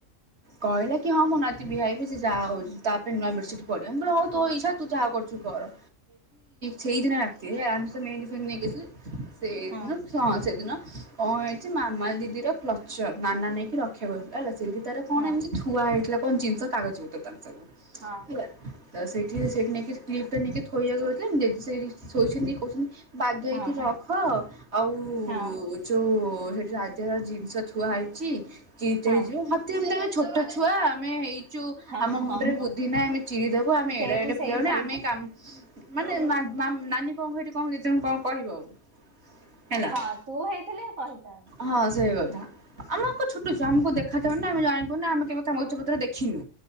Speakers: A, on the right; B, on the right.
A: କହିଲା କି ହଁ ମୁଁ ନାତି ଭି-ଆଇ-ପି ସେ ଯାହା ହଉଛି ତା ପାଇଁ ନୂଆ ବେଡସିଟ୍ ପଡିବ। ମୁ କହିଲି ତୋ ଇଛା ତୁ ଯାହା କରୁଛୁ କର ସେଇଦିନ ରାତି ରେ ଆମେ ସବୁ ମେହେନ୍ଦି ପେହେନ୍ଦି ନେଇକି ଆସିଲୁ ସେଇଦିନ
B: ହଁ
A: ହଁ ସେଇଦିନ କଣ ହେଇଛି ମାମା ଦିଦିର କ୍ଲଚର ନାନା ନେଇକି ରଖିବ କହୁଥିଲା ହେଲା। ସେଇଠି ତାର କଣ
B: ହଁ
A: ଏମିତି ଥୁଆ ହେଇଥିଲା କଣ ଜିନିଷ କାଗଜ ପତ୍ର ତାର
B: ହଁ
A: ହେଲା ତ ସେଇଠି ସେଇଠି ନେଇକି କ୍ଲିପ ଟା ନେଇକି ଥୋଇବାକୁ ଯାଉଥିଲା ସେଇଠି ଶୋଇଛନ୍ତି କହୁଛନ୍ତି। ବାଗେଇକି
B: ହଁ
A: ରଖ ଆଉ
B: ହଁ
A: ଯୋଉ ରାଜା ର ଜିନିଷ ଥୁଆ ହେଇଛି। କିଏ କେତେଳେ
B: ହଁ
A: ଜ୍ ସତେ ଯେମିତି ଆମେ ଛୋଟ ଛୁଆ ଆମେ ହେଇ ଛୁ
B: ହଁ
A: ଆମ ମୁଣ୍ଡରେ
B: ହଁ
A: ବୁଦ୍ଧି ନାହିଁ ଆମେ ଚିରିଦବୁ ଆମେ
B: ସେଇଠୁ
A: ଏଡେ ଏଡେ
B: ସେଇଠୁ
A: ପିଲ ହେଲୁଣି ଆମେ କା <unintelligible> କଣ କହିବ ଆଉ ହେଲା
B: ହଁ ତୁ ହେଇଥିଲେ କହିଥାନ୍ତୁ
A: ହଁ ସେଇ କଥା। ଆମେ ଆଉ କଣ ଛୋଟ ଛୁଆ ଆମକୁ ଦେଖ୍ ଖାଯାଉନି। ଆମେ ଜାଣିନୁ ନା ଆମେ କେବେ କ ପତ୍ର ଦେଖିନୁ